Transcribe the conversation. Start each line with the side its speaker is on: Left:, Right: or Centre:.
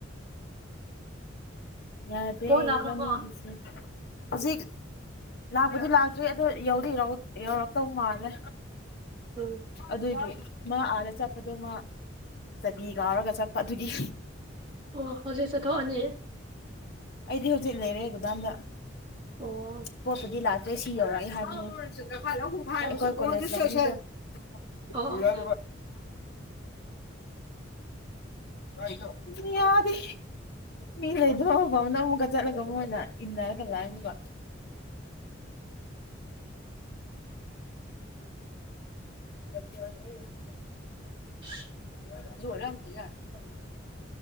Left: ꯌꯥꯗꯦ
Right: ꯑꯣ ꯂꯥꯛꯈ꯭ꯔꯕꯣ
Left: ꯏꯕꯥꯟꯅꯤꯒꯤꯁꯦ ꯍꯧꯖꯤꯛ ꯂꯥꯛꯄꯗꯤ ꯂꯥꯛꯇ꯭ꯔꯤ ꯑꯗꯣ ꯌꯧꯗꯤ ꯌꯧꯔꯛ ꯌꯧꯔꯛꯇꯧ ꯃꯥꯜꯂꯦ
Right: ꯎꯝ
Left: ꯑꯗꯨꯏꯗꯤ ꯃꯥ ꯑꯥꯗ ꯆꯠꯄꯗꯣ ꯃꯥ ꯆꯕꯤ ꯀꯥꯎꯔꯒ ꯆꯠꯄ ꯑꯗꯨꯒꯤ
Right: ꯑꯣ ꯍꯧꯖꯤꯛ ꯆꯠꯊꯣꯛꯑꯅꯤ
Left: ꯑꯩꯗꯤ ꯍꯧꯖꯤꯛ ꯂꯩꯔꯦ ꯒꯣꯗ‌ꯣꯎꯗ
Right: ꯑꯣ
Left: ꯄꯣꯠꯄꯨꯗꯤ ꯂꯥꯛꯇꯔꯤ ꯁꯤ ꯌꯧꯔꯛꯑꯦ ꯍꯥꯏꯕꯅꯤ
Right: ꯑꯣ
Left: ꯑꯩꯈꯣꯏ‌ ꯀ‌ꯣꯂ‌ꯦꯖ
Right: ꯑꯣ
Left: ꯂꯝꯕꯤꯗ <unintelligible> ꯌꯥꯗꯦ ꯃꯤ ꯂꯩꯇꯕ ꯃꯐꯝꯗꯥ ꯑꯃꯨꯛꯀ ꯆꯠꯂꯒ ꯃꯣꯏꯅ ꯏꯟꯅꯔꯒ ꯂꯛꯌꯦ ꯑꯃꯨꯛꯀ <unintelligible>
Right: <unintelligible>
Left: <unintelligible>